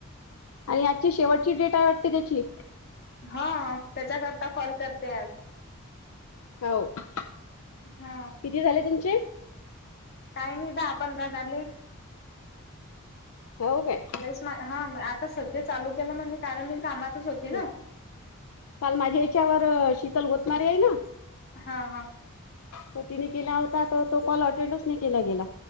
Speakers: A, on the left; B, on the left.
A: आई आजची शेवटची डेट आहे वाटते त्यांची.
B: हा, तेच्याकरता कॉल करते आज.
A: हो, किती
B: हा
A: झाले तुमचे.
B: टायम ही दहा पंधरा झाले.
A: हो काय.
B: लईच हा, आता संध्या चालू केला म्हणजे, कारण मी कामातच होती. ना
A: हं, काल माझ्या हेच्यावर शीतल गोतमारे हे ना.
B: हा हा.
A: तर तिने केला होता तर तो कॉल अटेंडच नाही केला गेला.